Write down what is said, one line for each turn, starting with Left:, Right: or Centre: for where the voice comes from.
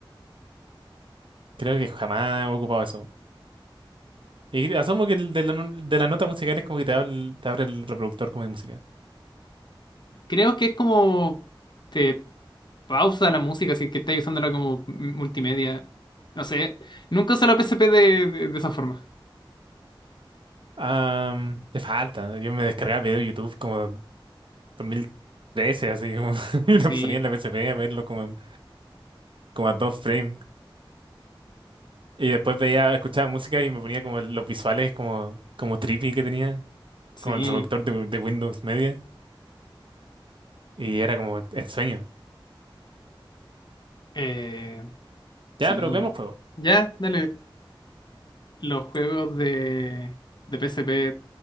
Right: creo que jamás he ocupado eso. Y asumo que el de la, no- de la nota musical es como que te abre, el- te abre el reproductor como de música.
Left: Creo que es como. Te pausa la música, así que estás usándola como multimedia. No sé. Nunca usé la P PSP de, de, de esa forma.
Right: Am, te falta. Yo me descargaba video de YouTube como 2013, así como <laughs> y lo
Left: Sí,
Right: ponía en la PSP a verlo como, en- como a dos frames. Y después veía, escuchaba música y me ponía como los visuales como, como trippy que tenía,
Left: sí.
Right: como el reproductor de, de Windows Media. Y era como el sueño.
Left: Eh,
Right: Ya,
Left: sí.
Right: pero vemos juego.
Left: Ya, dale. Los juegos de, de P S P